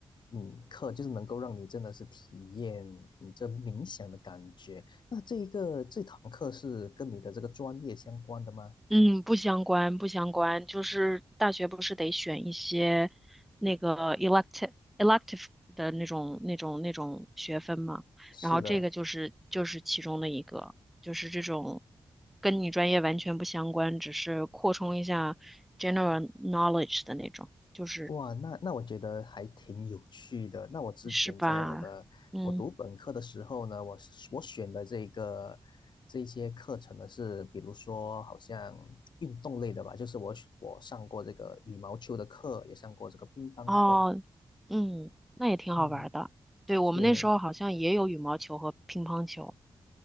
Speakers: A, on the left (about 60°); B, in the centre.
A: 嗯，课就是能够让你真的是体验你这冥想的感觉。那这一个这堂课是跟你的这个专业相关的吗？
B: 嗯，不相关，不相关，就是大学不是得选一些那个 elective elective 的那种那种那种学分嘛，
A: 是的，
B: 然后这个就是就是其中的一个，就是这种跟你专业完全不相关，只是扩充一下 general knowledge 的那种，就是
A: 哇，那那我觉得还挺有趣的。那我之前在我的我读本科的时候呢，
B: 是吧？嗯，
A: 我是我选的这个这些课程呢是，比如说好像运动类的吧，就是我选我上过这个羽毛球的课，也上过这个乒乓课。
B: 哦，嗯，那也挺好玩儿的。
A: 嗯。
B: 对，
A: 是，
B: 我们那时候好像也有羽毛球和乒乓球，